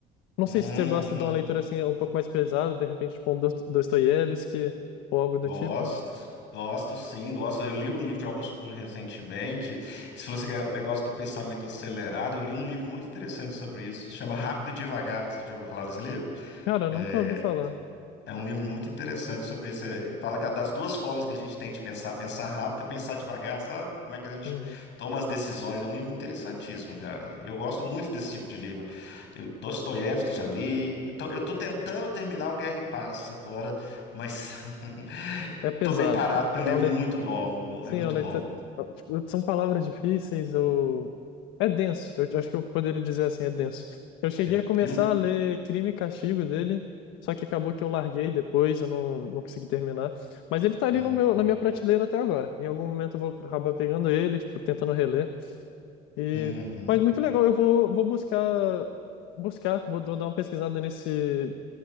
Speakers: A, on the left; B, on the left.
A: Não
B: Uhum.
A: sei se você gosta de uma leitura assim um pouco mais pesada, de repente tipo um Dost- Dostoiévski ou algo do
B: Gosto,
A: tipo.
B: gosto sim, gosto. Eu li um livro de Augusto Cury recentemente. Se você quer negócio do pensamento acelerado, eu li um livro muito interessante sobre isso, chama Rápido e Devagar. Você já ouviu falar desse livro?
A: Cara,
B: É,
A: nunca ouvi falar.
B: é um livro muito interessante sobre isso. É, Fala ca- das duas formas que a gente tem de pensar, pensar rápido e pensar devagar, sabe? Como é que a gente
A: Uhum.
B: toma as decisões. É um livro interessantíssimo, cara. Eu gosto muito desse tipo de livro. Eu, Dostoiévski já li. Eu tô, eu tô tentando terminar o Guerra e Paz agora, mas <laughs>
A: É pesado.
B: tô meio parado, porque é um
A: É
B: livro
A: um, le-
B: muito longo.
A: Sim,
B: É muito
A: a letra.
B: longo.
A: é, tipo, são palavras difíceis ou. É denso, eu acho que eu poderia dizer assim, é denso. Eu cheguei
B: É de-
A: a começar a ler Crime e Castigo dele, só que acabou que eu larguei depois, eu não, não consegui terminar. Mas ele tá ali
B: Hum,
A: no meu, na minha prateleira até agora. Em algum momento eu vou acabar pegando ele, tipo, tentando reler. E...
B: uhum.
A: Mas muito legal, eu vou, vou buscar, buscar, vou dar uma pesquisada nesse